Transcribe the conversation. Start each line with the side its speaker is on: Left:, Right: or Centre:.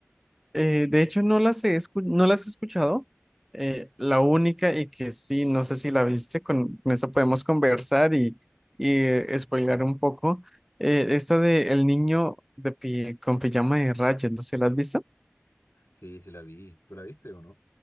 Centre: Eh, de hecho, no las he escu- no las he escuchado. Eh, la única y que sí, no sé si la viste, con, con eso podemos conversar y, y eh, spoilear un poco. Eh, esta de El niño de pi- con pijama de rayas, no sé, ¿la has visto?
Left: Sí, sí la vi. ¿Tú la viste o no?